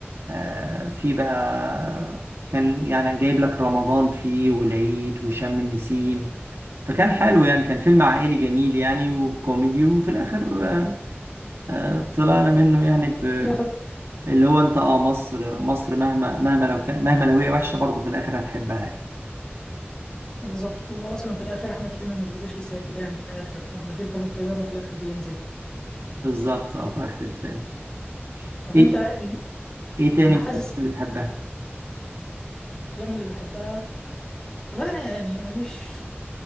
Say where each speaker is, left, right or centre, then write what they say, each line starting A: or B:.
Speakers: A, on the right (about 70°); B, on the left (about 15°).
A: آه في بقى كان يعني جايب لك رمضان فيه والعيد وشم النسيم فكان حلو يعني كان فيلم عائلي جميل يعني وكوميدي وفي الآخر آه آه، طلعنا منه يعني ب...
B: وفي الاخر
A: اللي هو انت اه مصر مصر مهما مهما لو كان مهما لو هي وحشة برضه في الآخر هتحبها يعني
B: بالظبط هو اصلا في الاخر احمد حلمي ما بيرضاش يسافر يعني في الاخر لما بيركب الطياره وفي الاخر بينزل
A: بالظبط اه في آخر الفيلم
B: طب
A: ايه
B: انت ال-
A: ايه تاني
B: انا حاسس
A: من الأفلام بتحبها؟
B: الافلام اللي بحبها والله انا يعني ماليش